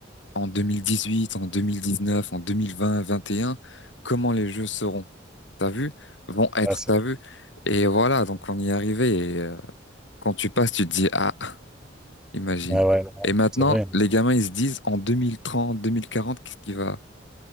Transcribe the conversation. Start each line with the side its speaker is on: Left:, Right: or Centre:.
Left: en 2018, en 2019, en 2020, 21, comment les jeux seront? T'as vu? Vont être,
Centre: Ouais, c'est
Left: t'as vu? Et voilà, donc on y est arrivé. Et, euh, quand tu passes, tu te dis, ah. Imagine.
Centre: ouais, ouais, ouais,
Left: Et maintenant,
Centre: c'est vrai. hein.
Left: les gamins, ils se disent en 2030, 2040, qu'est-ce qui va...